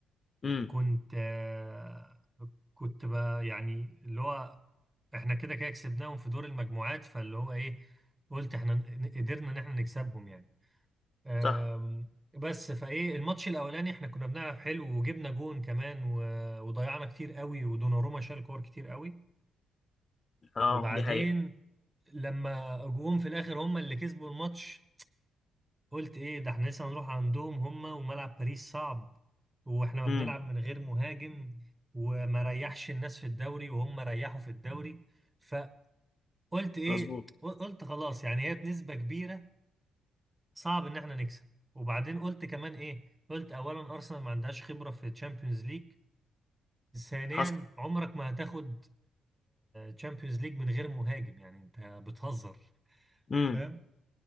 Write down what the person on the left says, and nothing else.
امم
صح
اه
دي حقيقة
امم
مظبوط
حصل
امم